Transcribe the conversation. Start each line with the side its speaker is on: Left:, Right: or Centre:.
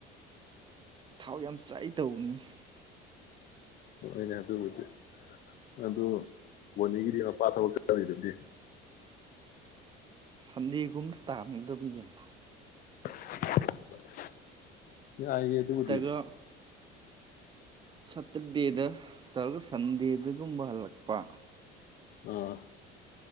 Right: ꯊꯥꯎ ꯌꯥꯝ ꯆꯥꯏ ꯇꯧꯕꯅꯤꯅꯦ
Left: ꯍꯣꯏꯅꯦ ꯑꯗꯨꯕꯨꯗꯤ ꯑꯗꯨ ꯕꯣꯅꯤꯒꯤꯗꯤ ꯃꯄꯥ ꯊꯕꯛ ꯆꯔꯤꯗꯗꯤ
Right: ꯁꯟꯗꯦꯒꯨꯝꯗ ꯇꯥꯅꯤꯡꯗꯕꯒꯤꯅ
Left: <unintelligible> ꯑꯗꯨꯕꯨꯗꯤ
Right: ꯅꯠꯇ꯭ꯔꯒ ꯁꯇꯔꯗꯦꯗ ꯇꯧꯔꯒ ꯁꯟꯗꯦꯗꯒꯨꯝꯕ ꯍꯜꯂꯛꯄ
Left: ꯑ